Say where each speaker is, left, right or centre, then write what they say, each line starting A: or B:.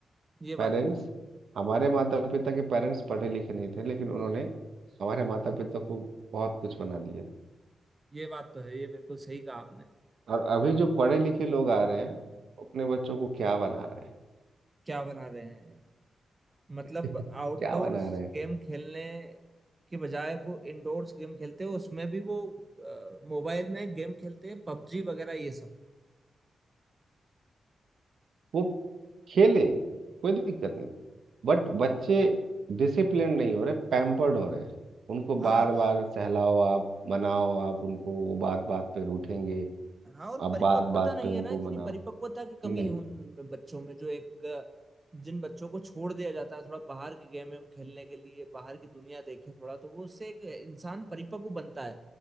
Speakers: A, on the right; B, on the right.
A: ये बात
B: पेरेंट्स
A: तो है
B: हमारे माता पिता के पेरेंट्स पढ़े लिखे नहीं थे लेकिन उन्होंने हमारे माता पिता को बहुत कुछ बना दिया
A: ये बात तो है ये बिल्कुल सही कहा आपने
B: और अभी जो पढ़े लिखे लोग आ रहे हैं वो अपने बच्चों को क्या बना रहे
A: क्या बना रहे हैं मतलब
B: हैं <laughs>
A: आउटडोर्स
B: क्या बना रहे हैं
A: गेम खेलने के बजाय वो इंडोर्स गेम खेलते हैं उसमें भी वो मोबाइल में गेम खेलते हैं पबजी वगैरह ये सब
B: वो खेले कोई दिक्कत नहीं बट बच्चे डिसिप्लिन नहीं हो रहे पैम्पर्ड हो रहे हैं उनको
A: हाँ
B: बार बार सहलाओ आप मनाओ आप उनको वो बात बात पे रूठेंगे
A: हाँ और
B: आप
A: परिपक्वता
B: बात बात
A: नहीं
B: पे उनको
A: है ना इतनी
B: मनाओ
A: परिपक्वता की कमी
B: नहीं
A: है उन बच्चों में जो एक अ, जिन बच्चों को छोड़ दिया जाता है थोड़ा बाहर के गेम हम खेलने के लिए बाहर की दुनिया देखे थोड़ा तो वो उससे एक इंसान परिपक्व बनता है